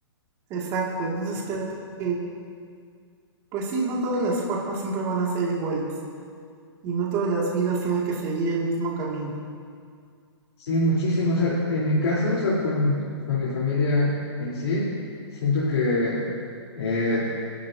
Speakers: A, on the right; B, on the left.
A: Exacto, entonces creo que, pues sí, no todas las formas siempre van a ser iguales y no todas las vidas tienen que seguir el mismo camino.
B: Sí, muchísimo. O sea, en mi caso, o sea, con, con mi familia en sí, siento que, eh,